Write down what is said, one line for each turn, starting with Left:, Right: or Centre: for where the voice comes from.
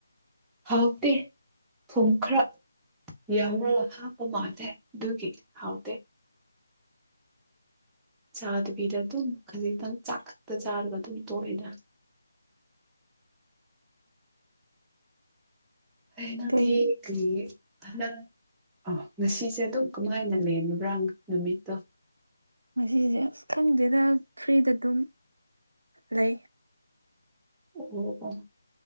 Centre: ꯍꯥꯎꯇꯦ ꯊꯨꯝ ꯈꯔ ꯌꯥꯎꯔꯒ ꯍꯥꯞꯄ ꯃꯥꯜꯗꯦ ꯗꯨꯒꯤ ꯍꯥꯎꯗꯦ <inaudible> ꯍꯅꯗꯤ
Right: ꯀꯩ
Centre: ꯀ ꯍꯟꯗꯛ ꯑ ꯉꯁꯤꯁꯦ ꯑꯗꯨꯝ ꯀꯃꯥꯏꯅ ꯂꯩ ꯃꯔꯥꯡ ꯅꯨꯃꯤꯠꯇꯣ
Right: ꯉꯁꯦ ꯑꯁ ꯈꯪꯗꯦꯗ ꯐ꯭ꯔꯤꯗ ꯑꯗꯨꯝ ꯂꯩ
Centre: ꯑꯣ